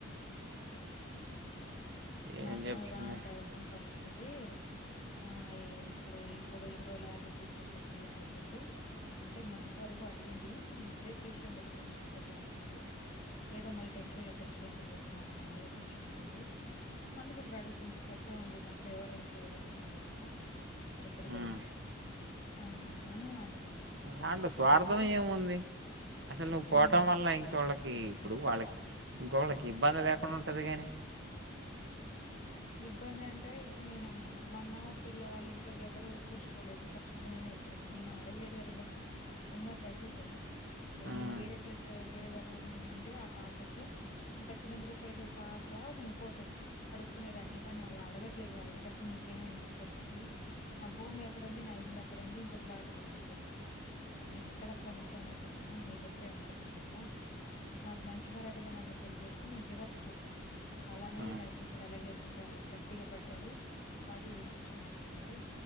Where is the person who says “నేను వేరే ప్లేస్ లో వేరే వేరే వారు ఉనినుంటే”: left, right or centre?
Left